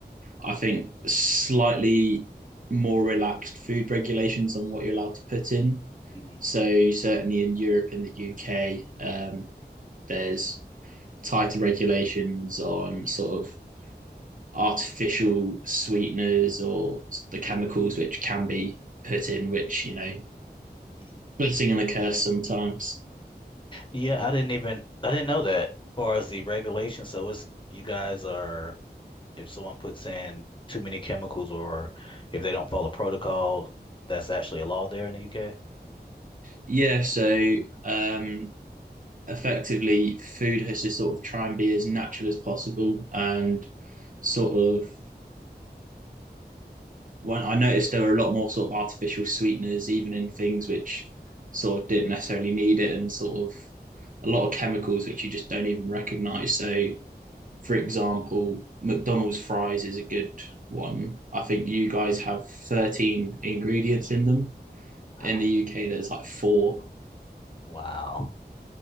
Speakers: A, on the right (about 50°); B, on the left (about 30°).
A: I think, slightly more relaxed food regulations on what you're allowed to put in
B: mhm.
A: so certainly in Europe and the UK, um, there's tighter regulations on sort of artificial sweeteners or the chemicals which can be put in, which you know,
B: Mm.
A: blessing and a curse sometimes.
B: Yeah, I didn't even I didn't know that as far as the regulation. So it's you guys are if someone puts in too many chemicals or if they don't follow protocol, that's actually a law there in the UK.
A: Yeah, so um, effectively, food has to sort of try and be as natural as possible and sort of when I noticed there were a lot more sort of artificial sweeteners, even in things which sort of didn't necessarily need it, and sort of a lot of chemicals which you just don't even recognize. So, for example, McDonald's fries is a good one. I think you guys have 13 ingredients in them.
B: Wow.
A: In the UK, there's like four.
B: Wow.